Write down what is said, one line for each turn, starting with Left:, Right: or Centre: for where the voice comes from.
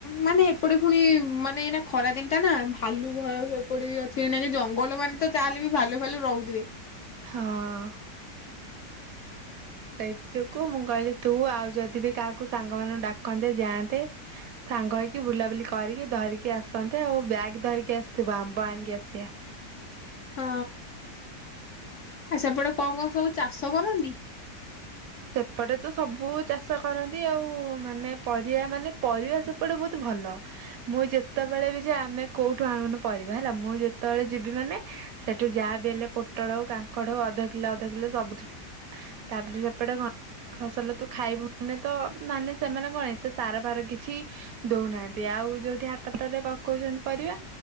Left: ମାନେ ଏପଟେ ପୁଣି ମାନେ ଏନା ଖରା ଦିନ ଟା ନା ଭାଲୁ ଭୟ ଏପଟେ ବି ଅଛି ଏନା ଜଙ୍ଗଲ ମାନେ ତ ଯାହେଲେ ବି ଭାଲୁ ଭାଲୁ ରହୁଥିବେ।
Right: ହଁ। ସେଇଥି ଯୋଗୁ ମୁଁ କହିଲି ତୁ ଆଉ ଯଦି ବି କାହାକୁ ସାଙ୍ଗ ମାନଙ୍କୁ ଡାକନ୍ତେ ଯାଆନ୍ତେ ସାଙ୍ଗ ହେଇକି ବୁଲାବୁଲି କରିକି ଧରିକି ଆସନ୍ତେ ଆଉ ବ୍ୟାଗ ଧରିକି ଆସିଥିବୁ ଆମ୍ବ ଆଣିକି ଆସିଆ।
Left: ହଁ ଆ ସେପଟେ କଣ କଣ ସବୁ ଚାଷ କରନ୍ତି?
Right: ସେପଟେ ତ ସବୁ ଚାଷ କରନ୍ତି ଆଉ ମାନେ ପରିବା ମାନେ ପରିବା ସେପଟେ ବହୁତ ଭଲ ମୁଁ ଯେତେବେଳେ ବି ଯାଏ ଆମେ କୋଉଠୁ ଆଣୁନୁ ପରିବା ହେଲା ମୁଁ ଯେତେବେଳେ ଯିବି ମାନେ ସେଠୁ ଯାହା ବି ହେଲେ ପୋଟଳ ହଉ କାଙ୍କଡ଼ ହଉ ଅଧ କିଲୋ ଅଧ କିଲୋ ସବୁ ତାପରେ ସେପଟେ କଣ ଫସଲ ତୁ ଖାଇବୁନି ତ ମାନେ ସେମାନେ କଣ ଏତେ ସାର ଫାର କିଛି ଦଉନାହାନ୍ତି ଆଉ ଯୋଉଠି ହାଟପଟରେ ପକଉଛନ୍ତି ପରିବା